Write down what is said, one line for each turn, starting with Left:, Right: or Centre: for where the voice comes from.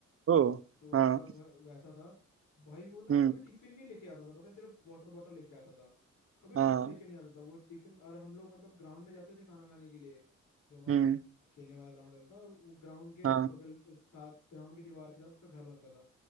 Right: ओ
Left: तो
Right: हाँ
Left: उसका घर वैसा था भाई वो ना
Right: हम्म
Left: कभी टिफिन नहीं लेके आता था पता है सिर्फ वाटर बॉटल लेके आता था कभी टिफिन
Right: हाँ
Left: लेके नहीं आता था वो टिफिन और हम लोग मतलब ग्राउंड में जाते थे खाना खाने के लिए जो हमारा
Right: हम्म
Left: खेलने वाला ग्राउंड रहता था और वो ग्राउंड के
Right: हाँ
Left: बगल साथ ग्राउंड की दीवार के साथ उसका घर लगता था